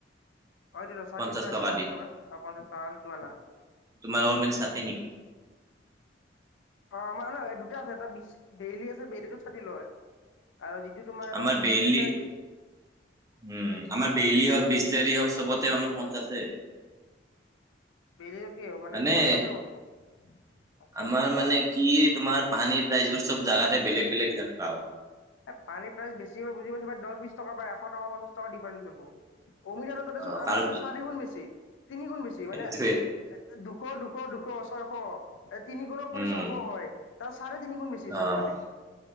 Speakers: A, on the left (about 85°); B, on the right (about 20°).
A: হয় <unintelligible>
B: পঞ্চাশ
A: প্ৰো ষাঠি
B: দি
A: টকা খ পাওঁ চাহ সেইটোনা
B: তোমাৰ অ মানে <unintelligible> নেকি?
A: অ আমাৰ ন দুটা আছে এটা বি বেইলি আছে বেইলি চাটি লয় আৰু যিটো তোমাৰ
B: আমাৰ
A: এটা বিচলে
B: বেইলি
A: দিছে নে
B: উম আমাৰ বেলি হওক বিচলোৰী হওক চবতে আমাৰ পঞ্চা আছে
A: বেইলি কি
B: মানে
A: পঞ্চাশে কৈছে আচ্ছা
B: আমাৰ মানে কি তোমাৰ পানী প্ৰাইচবোৰ চব জাগাতে বেলেগ বেলেগ যেন পাও
A: এ পানীৰ প্ৰাইচ বেছি হয় বুজিাইছ বা দহ বিশ টকা বা এশ টকা পঞ্চাশ টকা ডিফাৰেঞ্চ হব অমিত আৰুত দেচোন
B: অ'
A: আমাৰ
B: কাৰণ
A: চ চাৰিগুণ বেছি তিনি গুণ বেছি মান
B: সেইটোৱে
A: দুশ দুশ দু ছশ ছয়শ এ তিনি গুণক পালি
B: উম,
A: ছয়শ হয়। তাৰ চাৰে তিনি গুণ বেচিচোন
B: অ'
A: মানে